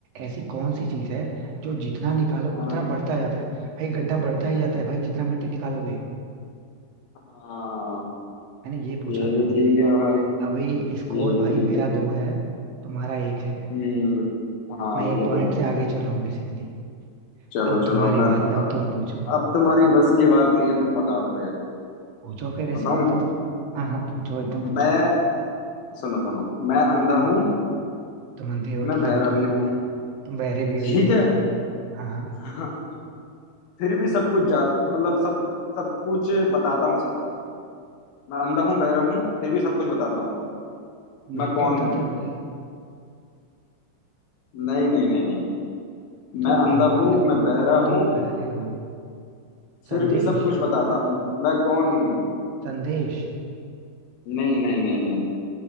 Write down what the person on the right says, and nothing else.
ऐसी कौन सी चीज है जो जितना निकालो
उतना बढ़ता जाता है भाई गड्ढा बढ़ता ही जाता है भाई जितना मिट्टी निकालोगे
मैंने ये पूछा
था
अभी स्कोर
भाई
मेरा
दो है तुम्हारा एक है
मैं एक
पॉइंट
से आगे चल रहा हूँ बेसिकली
अब
तुम्हारी
बारी
अब तुम पूछो
पूछो फिर ऐसी
बात है तुम हाँ हाँ पूछो एकदम पूछो
हम्म,
तुम अंधे हो
ठीक
है वो तो मुझे
पता है तुम बहरे भी हो
ये भी
पता है हाँ हाँ
तुम
लिख के
बताते
होगे
तुम
अंधे
हो
तुम
बहरे हो संदेश
संदेश